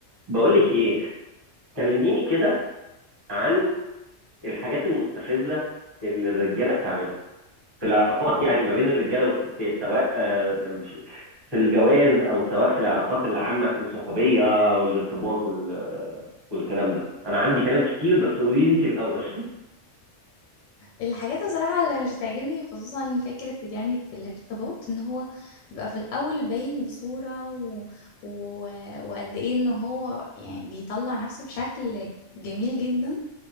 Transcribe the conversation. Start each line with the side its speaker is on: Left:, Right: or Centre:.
Right: بقول لك ايه كلميني كده عن الحاجات المستفزه اللي الرجاله بتعملها في العلاقات يعني ما بين الرجاله والستات سواء آه، في في الجواز او سواء في العلاقات العامه في الصحوبيه والارتباط وال- آه، والكلام ده انا عندي كلام كتير بس قولي لي انت الاول <laughs>
Left: الحاجات بصراحة اللي مش بتعجبني خصوصا فكرة يعني في الارتباط ان هو بيبقى في الاول باين بصورة و... و... وقد ايه ان هو يعني بيطلع نفسه بشكل جميل جدا